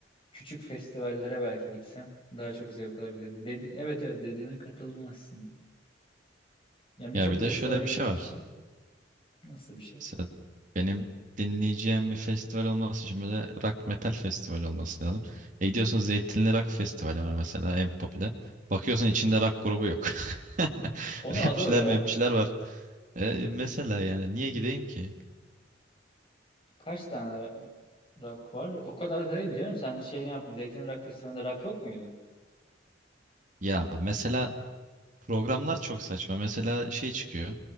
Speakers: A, on the left; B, on the right.
A: küçük festivallere belki gitsem daha çok zevk alabilirim. Dedi evet evet dediğine katıldım aslında. Yani birçok
B: Ya bir
A: festivale
B: de şöyle bir
A: gitmiştim.
B: şey var.
A: Nasıl bir şey?
B: Mesela benim dinleyeceğim bir festival olması için böyle rock metal festival olması lazım. E gidiyorsun Zeytinli Rock Festivali var mesela en popüler. Bakıyorsun içinde rock grubu yok. <laughs>
A: Onun
B: Rapçiler
A: adı öyle ya.
B: mepçiler var. E mesela yani niye gideyim ki?
A: Kaç tane ra- rock var? O kadar da değil canım. Sen de şeyini yapma. Zeytin Rock Festivali'nde rock yok muydu?
B: Ya mesela programlar çok saçma. Mesela şey çıkıyor.